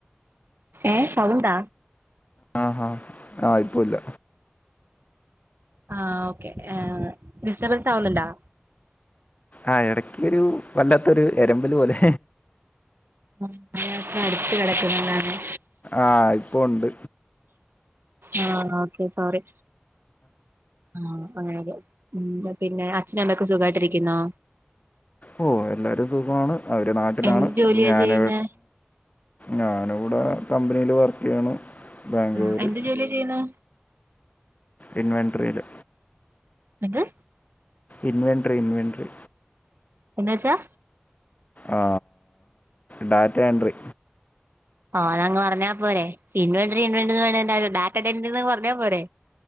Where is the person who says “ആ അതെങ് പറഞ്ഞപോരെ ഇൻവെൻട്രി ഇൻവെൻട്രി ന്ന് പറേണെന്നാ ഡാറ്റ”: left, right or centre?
Right